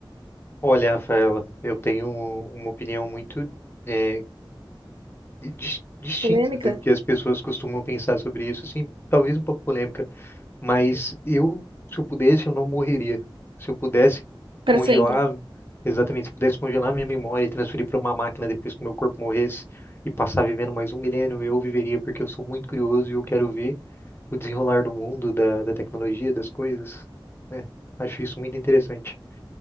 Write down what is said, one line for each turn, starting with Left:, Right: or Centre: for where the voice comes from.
Left: Olha, Rafaela, eu tenho uma opinião muito é, dis- distinta
Right: Polêmica?
Left: do que as pessoas costumam pensar sobre isso, assim, talvez um pouco polêmica. Mas eu, se eu pudesse, eu não morreria. Se eu pudesse
Right: Pra
Left: congelar,
Right: sempre.
Left: exatamente, se eu pudesse congelar minha memória e transferir para uma máquina depois que o meu corpo morresse e passar vivendo mais um milênio, eu viveria, porque eu sou muito curioso e eu quero ver o desenrolar do mundo, da, da tecnologia, das coisas. né? acho isso muito interessante.